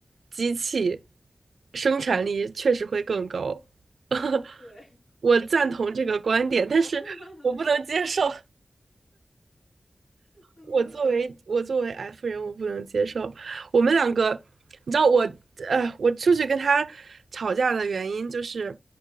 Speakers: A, on the right; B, on the left.
A: 机器，生产力确实会更高。<laughs>
B: 对，
A: 我赞同这个观点，但是我不能接受。
B: <laughs> 嗯。
A: 我作为我作为 F 人，我不能接受。我们两个，你知道我，呃，我出去跟他吵架的原因就是，